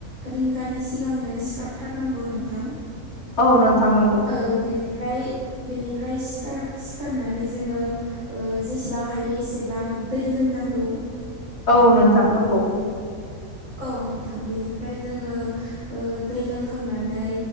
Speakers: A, on the right; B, on the left.
A: रिंगानि सिगांनो सिखारथारनांगौ नोंथां।
B: औ नोंथां नंगौ।
A: ओ बेनिफ्राय बेनिफ्राय सिखार-सिखारनानै जोङो ओ जेसेबां हायो एसेबां दै लोंनांगौ।
B: औ नोंथां नंगौ
A: औ नोंथां बेनिफ्राय जोङो ओ दै लोंखांनानै